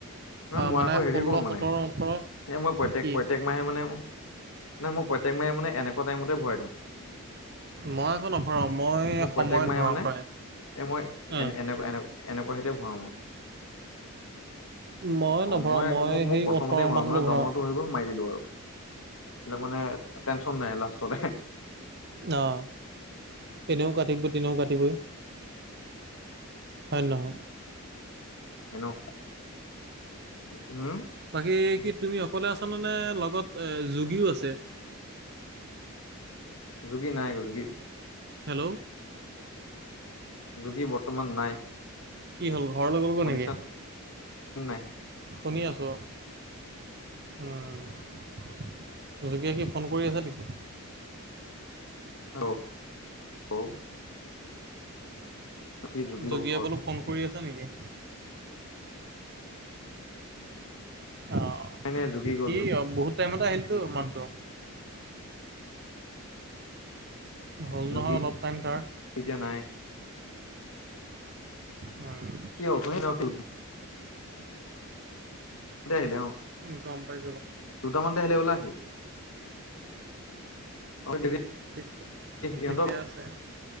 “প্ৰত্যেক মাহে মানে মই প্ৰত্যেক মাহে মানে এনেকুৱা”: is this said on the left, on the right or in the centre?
Left